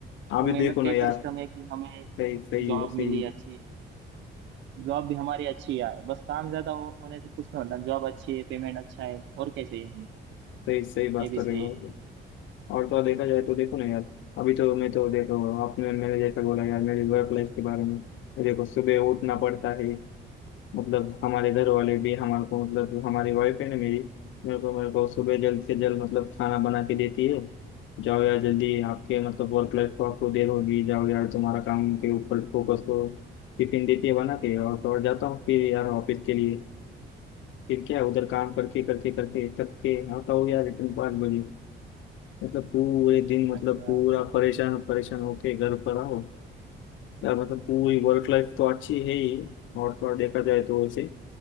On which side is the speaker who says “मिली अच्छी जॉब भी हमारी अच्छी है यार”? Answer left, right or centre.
Right